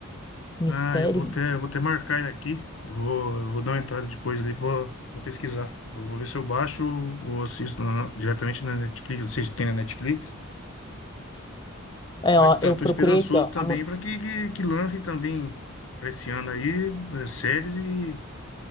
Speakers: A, on the left (about 20°); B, on the left (about 65°).
A: Mistério.
B: Ah, eu vou até, eu vou até marcar ele aqui. Eu vou, eu vou dar uma entrada depois ali, vou, vou pesquisar. Vou, vou ver se eu baixo ou assisto na- diretamente na Netflix. Não sei se tem na Netflix.
A: É,
B: Mas
A: ó,
B: então,
A: eu
B: eu
A: procurei
B: tô esperançoso
A: aqui, ó.
B: também
A: Ama-
B: para que, que, que lancem também para esse ano aí eh, séries e,